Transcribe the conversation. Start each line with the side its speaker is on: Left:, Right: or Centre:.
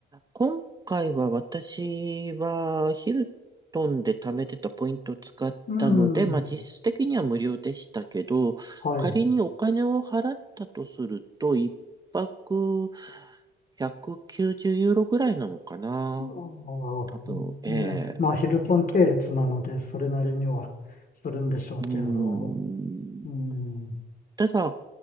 Right: 今回は私はヒルトンで貯めてたポイントを使ったので、
Left: うん、
Right: まあ実質的には無料でしたけど、
Left: はい。
Right: 仮にお金を払ったとすると、一泊190ユーロぐらいなのかな。
Left: ああ、
Right: 多分、ええ
Left: ねまあ、ヒルトン系列なので、それなりにはするんでしょうけど、
Right: うーん。
Left: うん、
Right: ただ、